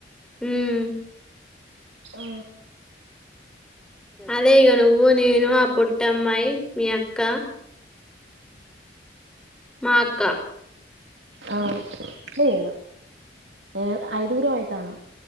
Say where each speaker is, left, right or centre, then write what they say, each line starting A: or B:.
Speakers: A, in the centre; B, on the right.
A: మ్మ్
B: ఆ
A: అదే ఈగ నువ్వు నేను ఆ పోట్టమ్మయి మీ అక్క. మా అక్క
B: ఆ నేను ఏ అయిదుగురు అయితనం